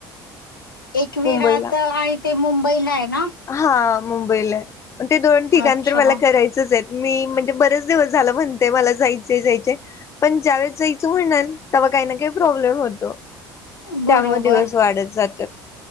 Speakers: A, on the left; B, on the left.
A: एकवीरात
B: मुंबईला
A: आहेत. ते मुंबईला आहे ना?
B: हा मुंबईलाय ते दोन ठिकाण
A: अच्छा
B: तर मला करायचंच आहेत. मी म्हणजे बरेच दिवस झाला म्हणते मला जायचे जायचे पण ज्यावेेळेस जायचं म्हणणार तेव्हा काही ना काही प्रॉब्लेम होतो.
A: बरोबर
B: त्यामुळे दिवस वाढत जातात.